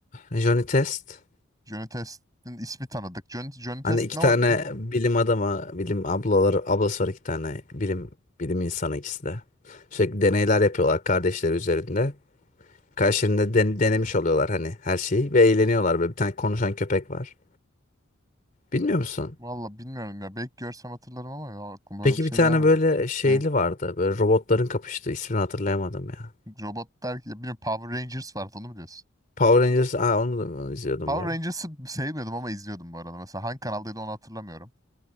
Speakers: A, on the left; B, on the right.
A: Johnny Test?
B: Johnny Test'in ismi tanıdık. Johnny, Johnny Test
A: Hani iki
B: ne, o-
A: tane
B: ne?
A: bilim adama, bilim ablaları, ablası var iki tane bilim bilim insanı ikisi de. Sürekli deneyler yapıyorlar kardeşleri üzerinde. Karşılarında den- denemiş oluyorlar hani her şeyi ve eğleniyorlar böyle bir tane konuşan köpek var. Bilmiyor musun?
B: Valla bilmiyorum ya. Belki görsem hatırlarım ama ya, aklıma
A: Peki
B: öyle bir şey
A: bir tane
B: gelmedi.
A: böyle şeyli
B: Hı.
A: vardı. Böyle robotların kapıştığı ismini hatırlayamadım ya.
B: Robot der ki ya bilmiyorum Power Rangers vardı onu mu diyorsun?
A: Power Rangers aa, onu da onu izliyordum
B: Power
A: bu arada.
B: Rangers'ı sevmiyordum ama izliyordum bu arada. Mesela hangi kanaldaydı onu hatırlamıyorum.